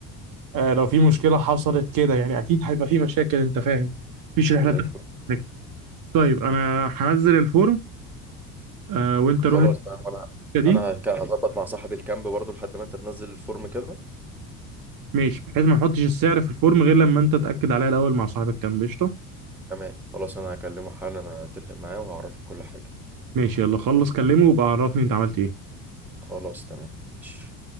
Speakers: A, on the right; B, in the centre.
A: آه لو في مشكلة حصلت كده يعني أكيد هيبقى في مشاكل أنت فاهم مفيش رحلة
B: اه زي
A: بتبقى-
B: الفل
A: طيب أنا هنزل الفورم آه وأنت
B: خلاص
A: روح
B: بقى وأنا
A: الشركة
B: أنا
A: دي
B: هك- هظبط مع صاحب الكامب برضه لحد ما أنت تنزل الفورم كده
A: ماشي بحيث ما نحطش السعر في الفورم غير لما أنت تأكد عليها الأول مع صاحب الكام قشطة
B: تمام خلاص أنا هكلمه حالا أنا أتفق معاه وأعرفك كل حاجة
A: ماشي يلا خلص كلمه وبقى عرفني أنت عملت إيه
B: خلاص تمام ماشي